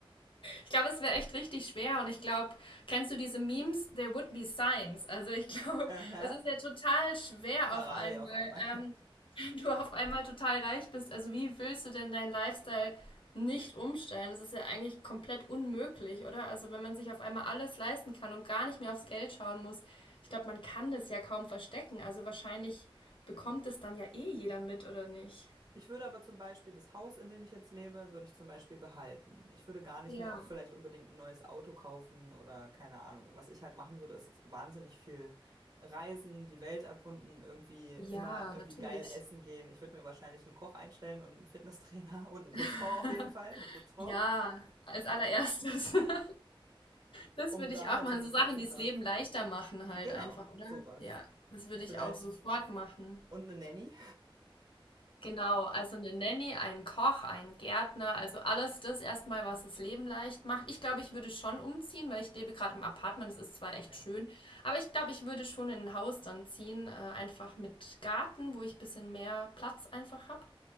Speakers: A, on the left; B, on the right.
A: Ich glaube, es wäre echt richtig schwer und ich glaube, kennst du diese Memes? There would be signs. Also ich glaube,
B: Aha,
A: <laughs> es ist ja total schwer
B: Ferrari
A: auf einmal,
B: auf einmal.
A: ähm, wenn du auf einmal total reich bist. Also wie willst du denn deinen Lifestyle nicht umstellen? Das ist ja eigentlich komplett unmöglich, oder? Also wenn man sich auf einmal alles leisten kann und gar nicht mehr aufs Geld schauen muss, ich glaube, man kann das ja kaum verstecken. Also wahrscheinlich bekommt es dann ja eh jeder mit, oder nicht?
B: Ich würde aber zum Beispiel das Haus, in dem ich jetzt lebe, würde ich zum Beispiel behalten. Ich würde gar nicht
A: Ja,
B: mir auch vielleicht unbedingt ein neues Auto kaufen oder keine Ahnung. Was ich halt machen würde, ist wahnsinnig viel reisen, die Welt erkunden, irgendwie
A: ja,
B: immer irgendwie
A: natürlich.
B: geil essen gehen. Ich würde mir wahrscheinlich einen Koch einstellen und einen Fitnesstrainer <laughs> und eine Putzfrau
A: <laughs>
B: auf jeden Fall, eine Putzfrau,
A: Ja, als allererstes. <laughs> Das
B: um
A: würde
B: da
A: ich auch
B: halt
A: machen.
B: so ein bisschen
A: So Sachen,
B: Support.
A: die das Leben leichter machen halt
B: Genau,
A: einfach, oder?
B: sowas.
A: Ja, das würde
B: Vielleicht
A: ich auch sofort machen.
B: und eine Nanny.
A: Genau, also eine Nanny, ein Koch, ein Gärtner, also alles das erstmal, was das Leben leicht macht. Ich glaube, ich würde schon umziehen, weil ich lebe gerade im Apartment, das ist zwar
B: Okay,
A: echt schön, aber ich glaube, ich würde schon in ein Haus dann ziehen, äh, einfach mit Garten, wo ich ein bisschen mehr Platz einfach habe.